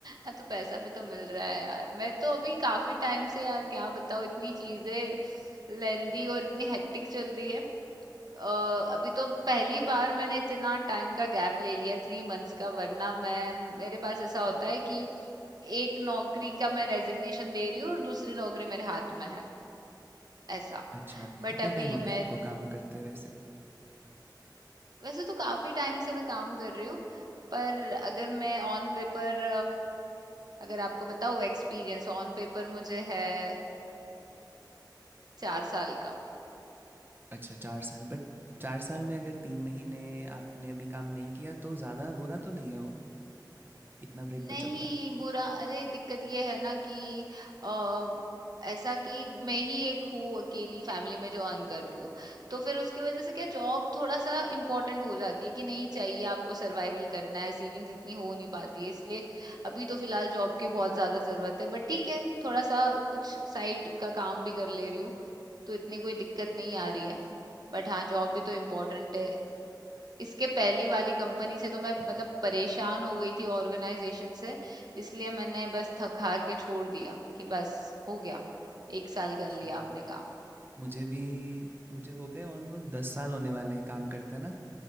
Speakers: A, on the right (about 60°); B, on the right (about 25°).
A: हाँ तो पैसा भी तो मिल रहा है यार मैं तो अभी काफी टाइम से यार क्या बताऊँ इतनी चीजें लेंदी और इतनी हेक्टिक चल रही है अ, अभी तो पहली बार मैंने इतना टाइम का गैप ले लिया थ्री मंथ्स का वरना मैं मेरे पास ऐसा होता है कि एक नौकरी का मैं रेजिग्नेशन दे रही हूँ और दूसरी नौकरी मेरे हाथ में है ऐसा
B: अच्छा
A: बट
B: कितना
A: अभी
B: टाइम हो गया
A: मैं
B: आपको काम करते हुए वैसे
A: वैसे तो काफी टाइम से मैं काम कर रही हूँ पर अगर मैं ऑन पेपर अगर आपको बताओ एक्सपीरियंस ऑन पेपर मुझे है आ, चार साल का
B: अच्छा 4 साल बट 4 साल में अगर 3 महीने आपने अभी काम नहीं किया तो ज़्यादा बुरा तो नहीं है वो? इतना ब्रेक
A: नहीं
B: तो चलता है।
A: बुरा अरे दिक्कत ये है ना कि अ, ऐसा कि मैं ही एक हूँ अकेली फैमिली में जो अर्न कर रही हूँ तो फिर उसके वजह से क्या जॉब थोड़ा सा इम्पोर्टेंट हो जाती है कि नहीं चाहिए आपको सर्वाइवल करना है सेविंग्स इतनी हो नहीं पाती है इसलिए अभी तो फिलहाल जॉब की बहुत ज्यादा जरूरत है बट ठीक है थोड़ा सा कुछ साइड का काम भी कर ले रही हूँ तो इतनी कोई दिक्कत नहीं आ रही है बट हाँ जॉब भी तो इम्पोर्टेंट है इसके पहली वाली कंपनी से तो मैं मतलब परेशान हो गई थी ऑर्गेनाइजेशन से इसलिए मैंने बस थक हार के छोड़ दिया कि बस हो गया एक साल कर
B: अच्छा,
A: लिया आपने काम
B: मुझे भी मुझे हो गए ऑलमोस्ट 10 साल होने वाले हैं काम करते ना।